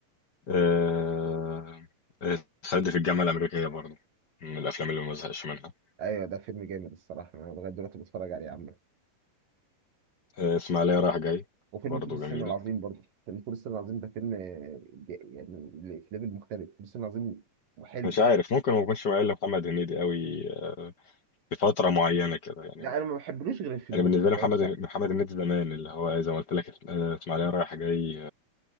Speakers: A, on the left; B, on the right.
A: أه... آه، سد في الجامعه الامريكيه برضه من الافلام اللي ما بزهقش منها
B: ايوه ده فيلم جامد الصراحه انا لغايه دلوقتي بتفرج عليه عامه
A: آه، اسماعيليه رايح جاي
B: وفيلم
A: برضه
B: فول الصين
A: جميل
B: العظيم برضه فيلم فول الصين العظيم ده فيلم آه، ج- يعني ل- في ليفل مختلف فول الصين العظيم وحلو
A: مش عارف ممكن ما اكونش مايل لمحمد هنيدي قوي آه، في فتره معينه كده يعني
B: لا انا ما بحبلوش غير الفيلمين
A: يعني بالنسبه
B: اللي
A: لي محمد
B: هو س-
A: محمد هنيدي زمان اللي هو زي ما قلت لك آه، اسماعيليه رايح جاي